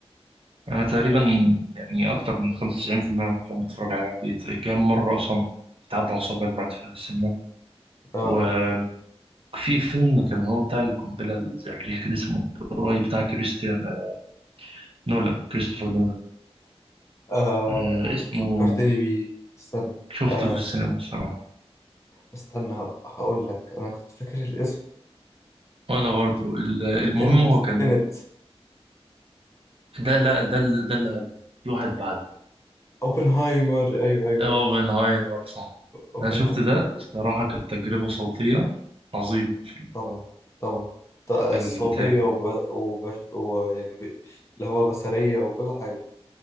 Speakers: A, on the right; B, on the left.
A: انا تقريبا يعني اكتر من 95% من الافلام بتفرج عليها في البيت كام مره اصلا بتعدي على صوابعي رحت في السينما
B: اه
A: وفي فيلم كان هو بتاع القنبلة الذرية كان اسمه القريب بتاع كريستيان آه، نولان كريستوفر نولان
B: آه،
A: آه اسمه
B: فكرتني بيه استنى
A: شفته
B: آه،
A: في السينما الصراحة
B: استنى ه- هقول لك انا كنت فاكر الاسم
A: وأنا برضو ال- المهم
B: التنت
A: هو كان
B: تنت
A: ده لا ده اللي ده اللي قبله في واحد بعده
B: اوبنهايمر ايوه ايوه أيوة.
A: اوبنهايمر صح
B: اوبنهايمر
A: أنا شفت ده الصراحة كانت تجربة صوتية عظيمة في
B: طبعا طبعا ط- الصوتية
A: في البتاع
B: وب... وب... ويعني ب... اللي هو بصرية وكل حاجة